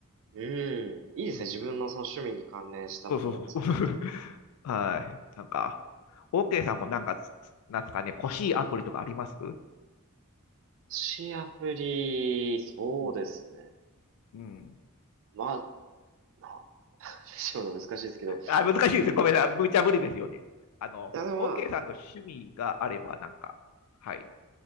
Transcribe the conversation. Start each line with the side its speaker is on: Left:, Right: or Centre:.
Right: い。うん。いいですね。
Left: うん
Right: 自分のその趣味に関連したものを作るっていうの。
Left: そうそうそう。<laughs> はい。なんか、OK さんもなんか、つなんですかね、欲しいアプリとかありますう
Right: しアプリ、そうですね。
Left: んうん
Right: まあ、なん <laughs> でしょうね。難しいですけど。
Left: あ、難しいですよ。ごめんなさい。無茶ぶりですよね。あの、
Right: いや、でもまあ
Left: OK さんと趣味があれば、なんか、はい。